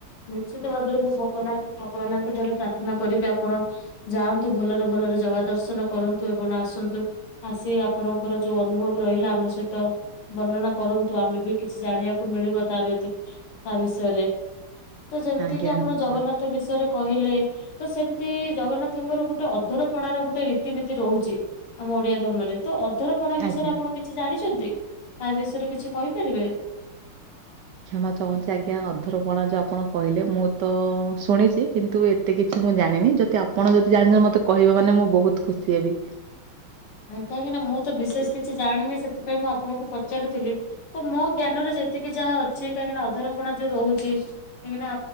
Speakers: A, on the left; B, on the right.
A: ନିଶ୍ଚିତ ଭାବରେ ମୁଁ ଭଗାନ ଭଗବାନଙ୍କ ଠାରେ ପ୍ରାର୍ଥନା କରିବି ଆପଣ। ଯାଆନ୍ତୁ ଭଲରେ ଭଲରେ ଜାଗା ଦର୍ଶନ କରନ୍ତୁ ଏବଂ ଆସନ୍ତୁ ଆସି ଆପଣଙ୍କର ଯୋଉ ଅନୁଭବ ରହିଲା ଆମ ସହିତ ତ ବର୍ଣ୍ଣନା କରନ୍ତୁ ଆମେ ବି କିଛି ଜାଣିବାକୁ ମିଳିବ ତା ବ୍ୟତ ତା ବିଷୟରେ ତ ଯେମିତି
B: ଆଜ୍ଞା
A: କିି ଆପଣ
B: ନିଶ୍ଚୟ।
A: ଜଗନ୍ନାଥ ବିଷୟରେ କହିଲେ ତ ସେମିତି ଜଗନ୍ନାଥଙ୍କର ଗୋଟେ ଅନ୍ଧରପଣାର ଗୋଟେ ରୀତିନୀତି ରହୁଛି ଆମ ଓଡିଆ ଧର୍ମରେ ତ ଅଧରପଣା ବିଷୟରେ
B: ଆଜ୍ଞା।
A: ଆପଣ କିଛି ଜାଣିଛନ୍ତି ତା ବିଷୟରେ କିଛି କହିପାରିବେ
B: କ୍ଷମା ଚାହୁଁଛି ଆଜ୍ଞା ଅଧରପଣା ଯଉ ଆପଣ କହିଲେ ମୁଁ ତ ଶୁଣିଛି କିନ୍ତୁ ଏତେ କିଛି ମୁଁ ଜାଣିନି ଯଦି ଆପଣ ଯଦି ଜାଣିଛନ୍ତି ମତେ କହିବେ ମାନେ ମୁଁ ବହୁତ ଖୁସି ହେବି
A: କାହିଁକି ନା ମୁଁ ତ ବିଶେଷ କିଛି ଜାଣିନି ସେଥିପାଇଁ ମୁଁ ଆପଣଙ୍କୁ ପଚାରୁଥିଲି ତ ମୋ ଜ୍ଞାନରେ ଯେତିକି ଯାହା ଅଛି କାହିଁକିନା ଅଧର ପଣା ଯୋଉ ରହୁଛି କାହିଁକି ନା